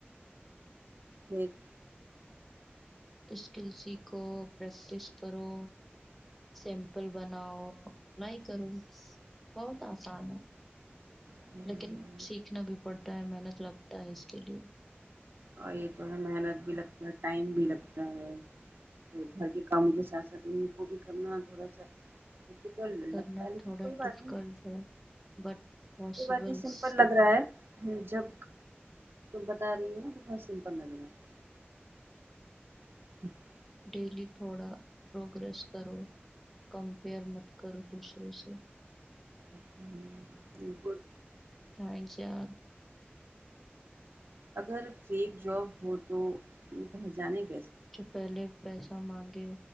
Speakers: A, on the right (about 60°); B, in the centre.
A: ہیں <unintelligible>
B: اس کل سی کو بیسٹ لسٹ کرو سمپل بناؤ اپلائی کرو بہت آسان ہے
A: پھر
B: لیکن سیکھنا بھی پڑتا ہے محنت لگتا ہے اس کے لیے
A: اور یہ تو ہے محنت بھی لگتا ہے ٹائم بھی لگتا ہے پھر گھر کے کاموں کے ساتھ ساتھ ان کو بھی کرنا تھوڑا سا ڈفیکلٹ
B: کرنا
A: لگتا ہے لیکن
B: تھوڑا
A: کوئی بات
B: ڈفیکلٹ
A: نہیں
B: ہے بٹ پاسبلس
A: یہ بات یہ سمپل لگ رہا جب بتا رہی ہو نا بت سمپل لگ رہا ہے <unintelligible> <inaudible> <inaudible>
B: ڈیلی تھوڑا پروگرریس کرو کمپیئر مت کرو دوسرے سے
A: ہ بالکول
B: ٹرین شاہ <inaudible>
A: اگر فیک جاب ہو تو پہچانے کا
B: جو پہلے پیسہ مانگے